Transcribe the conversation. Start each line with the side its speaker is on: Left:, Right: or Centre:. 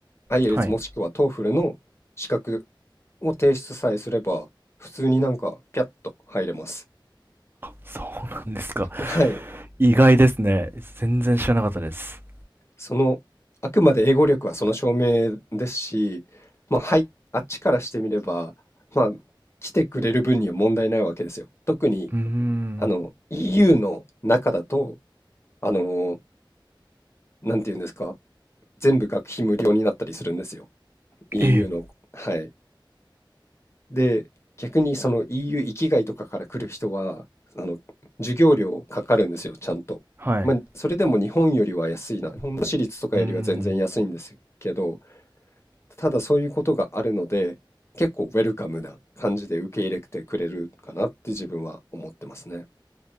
Left: i e l
Right: はい。
Left: t もしくは TOEFL の資格を提出さえすれば、普通になんかピャッと入れます。
Right: そうなんですか。
Left: はい。
Right: 意外ですね。全然知らなかったです。
Left: その、あくまで英語力はその証明ですし、まあ、はい、あっちからしてみれば、まあ、来てくれる分には問題ないわけですよ。特に、
Right: うーん。
Left: あの、EU の中だと、あの、なんていうんですか、全部学費無料になったりするんですよ。EU
Right: ええ。
Left: の。はい。で、逆にその EU 域外とかから来る人は、あの、授業料かかるんですよ、ちゃんと。
Right: はい。
Left: まあ、それでも日本よりは安いな。日本の私立とかよりは全然安いんですけど、
Right: うーん。
Left: ただそういうことがあるので、結構ウェルカムな感じで受け入れてくれるかなって自分は思ってますね。